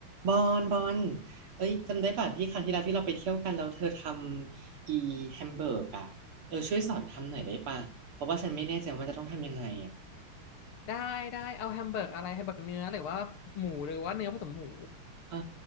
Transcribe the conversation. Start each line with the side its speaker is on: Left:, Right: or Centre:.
Right: บอลบอลเอ้ยจำได้ป่ะที่ครั้งที่แล้วที่เราไปเที่ยวกันแล้วเธอทำอีแฮมเบอร์กอ่ะเออช่วยสอนทำหน่อยได้ป่ะเพราะว่าฉันไม่แน่ใจว่ามันจะต้องทำยังไงอ่ะ
Left: ได้ได้เอาแฮมเบอร์กอะไรแฮมเบอร์กเนื้อหรือว่าหมูหรือว่าเนื้อผสมหมู
Right: เออ